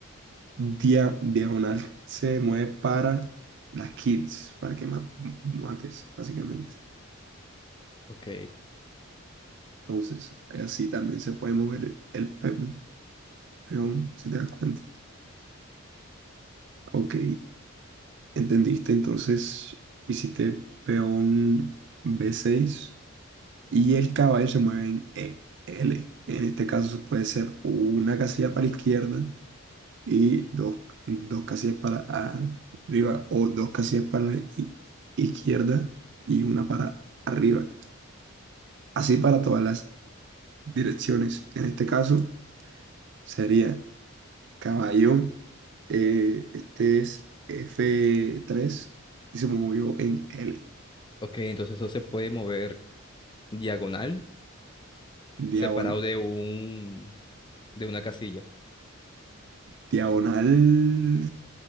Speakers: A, on the right; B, on the left.
A: dia- diagonal se mueve para las kills, para que ma- mates, básicamente.
B: Ok,
A: Entonces, así también se puede mover el pe- peón, si te das cuenta. Ok, entendiste. Entonces, hiciste peón b seis y el caballo se mueve en E- L. En este caso puede ser una casilla para la izquierda y dos, dos casillas para arriba o dos casillas para la i- izquierda y una para arriba. Así para todas las direcciones. En este caso sería caballo. eh, este es f tres y se movió en L.
B: ok, entonces eso se puede mover diagonal, separado
A: Diagonal.
B: de un, de una casilla.
A: diagonal.